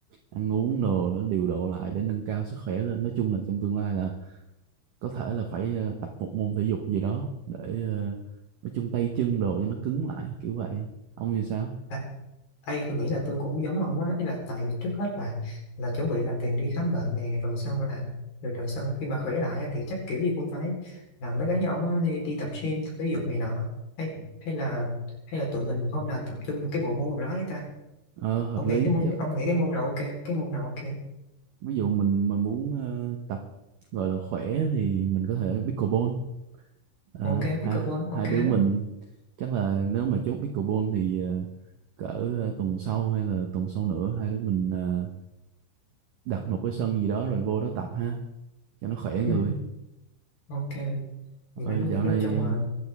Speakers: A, on the right (about 80°); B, on the left (about 50°).
A: ăn uống đồ để điều độ lại để nâng cao sức khỏe lên. Nói chung là trong tương lai là có thể là phải ờ, tập một môn thể dục gì đó để ờ, nói chung tay chân đồ cho nó cứng lại kiểu vậy. Ông thì sao?
B: À, ê, tôi nghĩ là tôi cũng giống ông á Ý là tại trước hết là là chuẩn bị là tiền đi khám bệnh này Rồi xong là rồi, rồi xong khi mà khỏe lại á, thì chắc kiểu gì cũng phải Làm mấy cái như ông á, đi, đi tập gym, tập thể dục này nọ hay hay là hay là tụi mình hôm nào tập trung một cái bộ môn nào đó ấy ta
A: Ờ, hợp
B: ông
A: lý
B: nghĩ cái môn
A: chắc
B: ông nghĩ cái môn nào ok cái môn nào ok
A: ví dụ mình mà muốn ờ, tập gọi là khỏe thì mình có thể pickleball Ờ,
B: ok
A: hai
B: pickleball
A: hai
B: ok
A: đứa mình
B: đó
A: chắc là nếu mà chốt pickleball thì ờ, cỡ ờ, tuần sau hay là tuần sau nữa hai đứa mình ờ, đặt một cái sân gì đó rồi vô đó tập ha cho nó khỏe
B: ừ.
A: người
B: ok vậy nên
A: rồi
B: nói
A: dạo
B: vậy nói
A: này
B: chung là